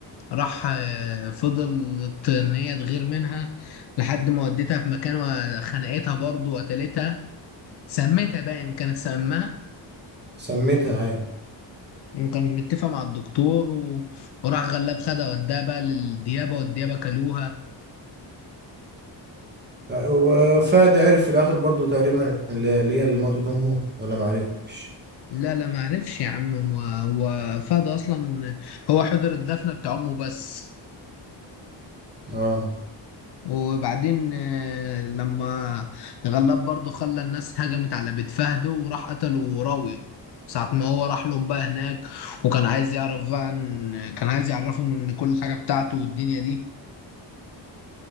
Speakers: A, on the left; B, on the right.
A: راح آه، فضلت ان هي تغير منها لحد ما وديتها في مكان وخنقتها برضه وقتلتها سميتها باين كانت سماها
B: سميتها ايوه
A: وكان متفق مع الدكتور و... وراح غلاب خدها وداها بقى للديابة والديابة كلوها
B: وفهد عرف في الاخر برضو تقريبا اللي اللي هي اللي ماتت امه ولا ما عرفش
A: لا لا ما عرفش يا عم هو هو فهد أصلا هو حضر الدفنة بتاع أمه بس
B: اه
A: وبعدين آه، لما غلاب برضه خلى الناس هجمت على بيت فهد وراح قتله راوية ساعة ما هو راح لهم بقى هناك وكان عايز يعرف بقى إن كان عايز يعرفهم إن كل حاجة بتاعته والدنيا دي